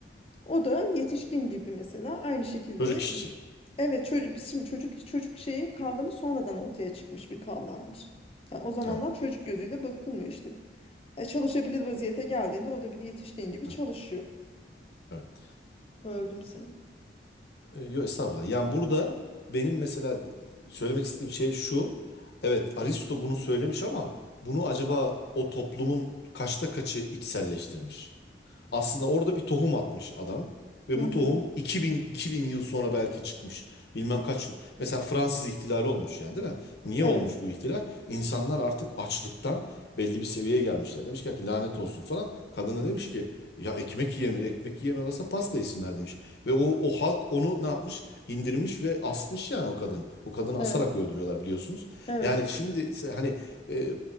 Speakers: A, on the left; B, on the left.
A: O da yetişkin gibi mesela aynı şekilde
B: böcek işçi.
A: evet çocuk biz şimdi çocuk çocuk şeyi kavramı sonradan ortaya çıkmış bir kavrammış. Yani o zamanlar
B: Evet.
A: çocuk gözüyle bakılmıyor işte. Ya çalışabilir vaziyete geldiğinde o da bir yetişkin gibi
B: ha,
A: çalışıyor.
B: evet.
A: Öldüm seni.
B: E, Yo estağfurullah. Yani burada benim mesela d- d- söylemek istediğim şey şu. Evet Aristo bunu söylemiş ama bunu acaba o toplumun kaçta kaçı içselleştirmiş? Aslında orada bir tohum atmış adam. Ve
A: Hı
B: bu
A: hı.
B: tohum 2000, 2000 yıl sonra belki çıkmış. Bilmem kaç yıl. Mesela Fransız ihtilali olmuş yani değil mi? Niye
A: Evet.
B: olmuş bu ihtilal? İnsanlar artık açlıktan belli bir seviyeye gelmişler. Demiş ki lanet olsun falan. Kadın da demiş ki ya ekmek yiyemiyor. Ekmek yiyemiyorlarsa pasta yesinler demiş. Ve o, o halk onu ne yapmış? İndirmiş ve asmış yani o kadın. O kadını
A: Evet.
B: asarak öldürüyorlar biliyorsunuz.
A: Evet.
B: Yani şimdi se- hani e,